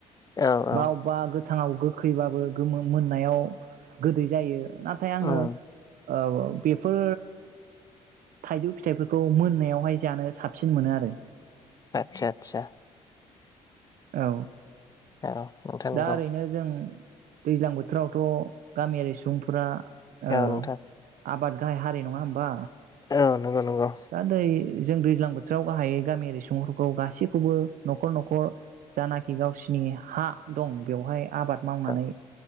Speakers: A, on the left; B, on the right.
A: औ औ
B: बा अबेबा गो थाङाव गोखैबाबो गोमोन मोननायाव गोदै जायो। नाथाय आङो
A: उम
B: ओ‌ बेफोर थाइजौ फिथाइफोरखौ मोननायावहाय जानो साबसिन मोनो आरो
A: आतसा आतसा
B: औ
A: औ नोंथां नंगौ
B: दा ओरैनो जों दैज्लां बोथोरावथ' गामियारि सुबुंफोरा ओ
A: औ नोंथां
B: आबाद गाहाय हारि नङा होमबा?
A: औ नंगौ नंगौ
B: दा दै जों दैज्लां बोथोराव गाहायै गामियारि सुबुंफोरखौ गासैखौबो न'खर न'खर जानाखि गावसिनि हा दं बेवहाय आबाद मावनानै
A: औ